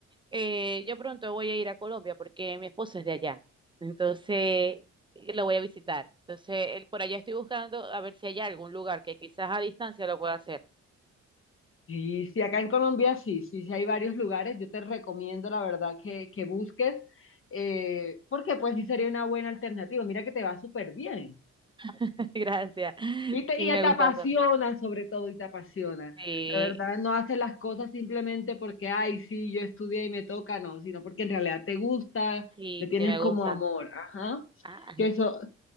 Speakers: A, on the right; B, on the left.
A: Eh, yo pronto voy a ir a Colombia porque mi esposo es de allá. Entonces, lo voy a visitar. Entonces, él, por allá estoy buscando a ver si hay algún lugar que quizás a distancia lo pueda hacer.
B: Sí, sí, acá en Colombia sí, sí, sí hay varios lugares. Yo te recomiendo, la verdad, que, que busques, eh, porque pues sí sería una buena alternativa. Mira que te va súper bien.
A: <laughs> Gracias.
B: Y te,
A: Sí,
B: y
A: me
B: te
A: gusta
B: apasiona
A: bastante.
B: sobre todo, y te apasiona.
A: Sí,
B: La verdad, no haces las cosas simplemente porque, ay, sí, yo estudié y me toca, no, sino porque en realidad te gusta,
A: sí,
B: le tienes
A: sí, me
B: como
A: gusta.
B: amor. Ajá.
A: Ah,
B: Que eso,